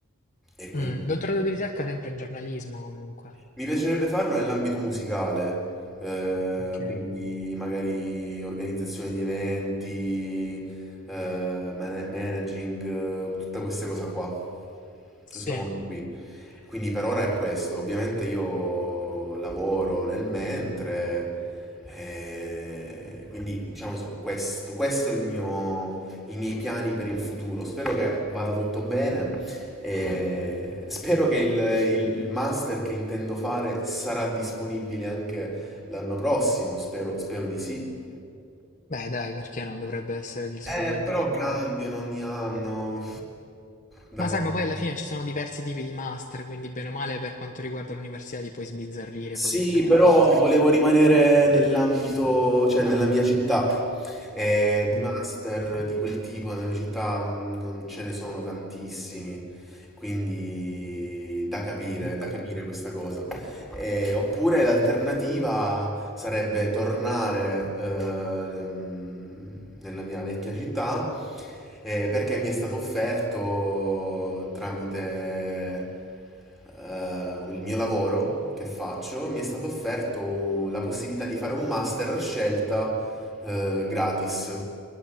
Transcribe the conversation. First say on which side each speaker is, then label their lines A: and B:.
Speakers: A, in the centre; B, on the left.
A: E quindi.
B: Mm. Dottorato di ricerca sempre in giornalismo comunque.
A: Mi piacerebbe farlo nell'ambito musicale, eh,
B: Ok.
A: quindi magari organizzazione di eventi, eh, mana- managing, eh, tutte queste cose qua,
B: Sì.
A: questo mondo qui. Quindi per ora è questo. Ovviamente io lavoro nel mentre, eh, quindi diciamo so questo, questo è il mio, i miei piani per il futuro. Spero che vada tutto bene e spero che il, il- il master che intendo fare sarà disponibile anche l'anno prossimo, spero, spero di sì.
B: Beh, dai, perché non dovrebbe essere disponibile?
A: Eh, però
B: Ma...
A: cambiano ogni anno, da
B: ma
A: capire.
B: sai, ma poi alla fine ci sono diversi tipi di master, quindi bene o male per quanto riguarda l'università ti puoi sbizzarrire
A: Sì,
B: poi a trovare
A: però
B: cose.
A: volevo rimanere nell'ambito, cioè nella mia città. Eh, di
B: Mm.
A: master di quel tipo nella mia città mh, non ce ne sono tantissimi, quindi da capire,
B: Ok.
A: da capire questa cosa. Eh, oppure l'alternativa sarebbe tornare ehm, nella mia vecchia città eh, perché mi è stato offerto tramite eh, il mio lavoro che faccio, mi è stato offerto la possibilità di fare un master a scelta eh, gratis.